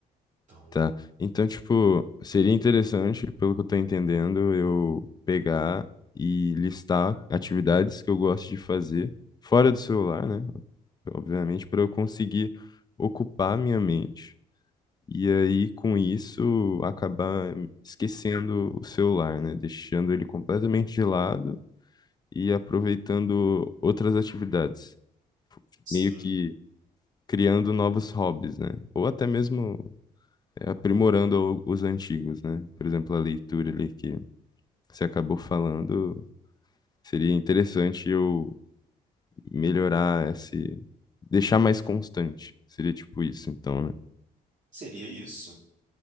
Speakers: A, on the right; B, on the left.
A: Então,
B: tá. Então, tipo, seria interessante, pelo que eu tô entendendo, eu pegar e listar atividades que eu gosto de fazer fora do celular, né? Obviamente, para eu conseguir ocupar minha mente E aí, com isso, acabar esquecendo o celular, né? Deixando ele completamente de lado e aproveitando outras atividades,
A: sim,
B: meio que criando novos hobbies, né? Ou até mesmo eh, aprimorando o- os antigos, né? Por exemplo, a leitura ali que você acabou falando, seria interessante eu melhorar esse, deixar mais constante. Seria tipo isso, então, né?
A: seria isso.